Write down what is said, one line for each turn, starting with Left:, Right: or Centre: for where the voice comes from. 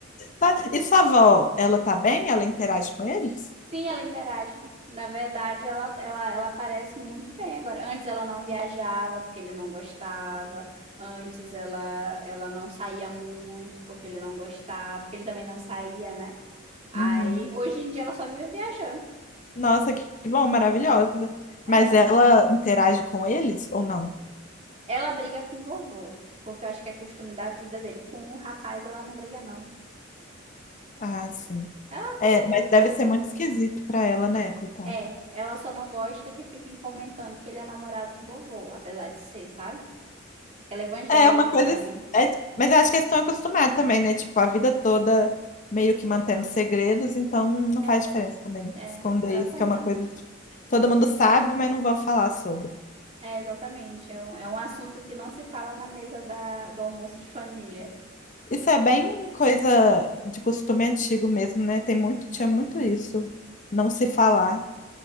Left: Tá, E sua avó, ela tá bem? Ela interage com eles?
Right: Sim, ela interage. Na verdade, ela, ela, ela aparece muito bem agora. Antes ela não viajava porque ele não gostava. Antes ela, ela não saía muito porque ele não gostava, porque ele também não saía, né? Aí
Left: Uhum.
Right: hoje em dia ela só vive viajando.
Left: Nossa, que bom, maravilhosa.
Right: É.
Left: Mas ela interage com eles ou não?
Right: Ela briga com o vovô, porque eu acho que é costume da vida dele. Com o rapaz ela não briga, não.
Left: Ah, sim.
Right: Ela
Left: É,
Right: fica tranquila.
Left: mas deve ser muito esquisito pra ela, né, coitada?
Right: É, ela só não gosta que fiquem comentando que ele é namorado do vovô, apesar de ser, sabe? Porque ela é evangélica
Left: É uma
Right: também.
Left: coisa. é, mas eu acho que eles estão acostumados também, né? Tipo, a vida toda meio que mantendo segredos, então não
Right: É,
Left: faz diferença também
Right: É,
Left: esconder
Right: exatamente.
Left: isso, que é uma coisa que tipo, todo mundo sabe, mas não vão falar sobre.
Right: É, exatamente. É um, é um assunto que não se fala na mesa da, do almoço de família.
Left: Isso é bem coisa de costume antigo mesmo, né? Tem muito, tinha muito isso, não se falar.